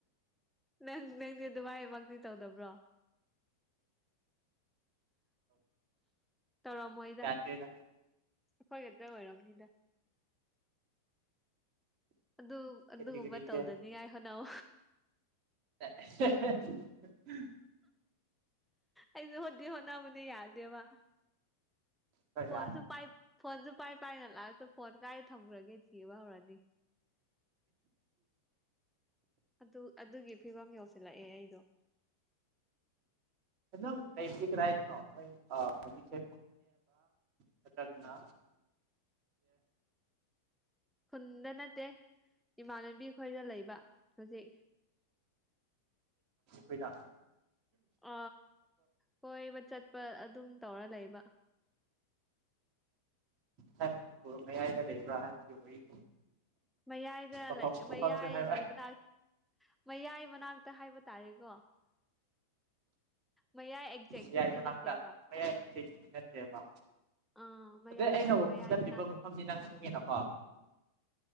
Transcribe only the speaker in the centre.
ꯅꯪ ꯅꯪꯗꯤ ꯗꯨꯃꯥꯏꯃꯛꯇꯤ ꯇꯧꯗꯕ꯭ꯔꯣ ꯇꯧꯔꯝꯃꯣꯏꯗ
ꯑꯩꯈꯣꯏ ꯈꯛꯇ ꯑꯣꯏꯔꯝꯅꯤꯗ ꯑꯗꯨ ꯑꯗꯨꯒꯨꯝꯕ
ꯇꯧꯗꯅꯤꯡꯉꯥꯏ ꯍꯣꯠꯅꯧ
ꯑꯩꯁꯨ ꯍꯣꯠꯇꯤ ꯍꯣꯠꯅꯕꯅꯤ ꯌꯥꯗꯦꯕ
ꯐꯣꯟꯁꯨ
ꯄꯥꯏ ꯐꯣꯟꯁꯨ ꯄꯥꯏ ꯄꯥꯏꯅ ꯂꯥꯛ ꯑ ꯐꯣꯟ ꯀꯥꯏ ꯊꯝꯈ꯭ꯔꯒꯦ ꯊꯤꯑꯕꯍꯧꯔꯅꯤ ꯑꯗꯨ ꯑꯗꯨꯒꯤ ꯐꯤꯕꯝ ꯌꯧꯁꯤꯜꯂꯛꯑꯦ ꯑꯩꯗꯣ
ꯈꯨꯟꯗ ꯅꯠꯇꯦ ꯏꯃꯥꯟꯅꯕꯤ ꯈꯣꯏꯗ ꯂꯩꯕ ꯍꯧꯖꯤꯛ
ꯑ ꯀꯣꯏꯕ ꯆꯠꯄ ꯑꯗꯨꯝ ꯇꯧꯔ ꯂꯩꯕ
ꯃꯌꯥꯏꯗ
ꯂꯩ
ꯃꯌꯥꯏꯒꯤ
ꯃꯅꯥꯛ ꯃꯌꯥꯏ ꯃꯅꯥꯛꯇ ꯍꯥꯏꯕ ꯇꯥꯔꯦꯀꯣ ꯃꯌꯥꯏ ꯑꯦꯛꯖꯦꯛꯇꯗꯤ
ꯅꯠꯇꯦꯕ
ꯑꯥ ꯃꯌꯥꯡ
ꯃꯌꯥꯏ
ꯃꯅꯥꯛ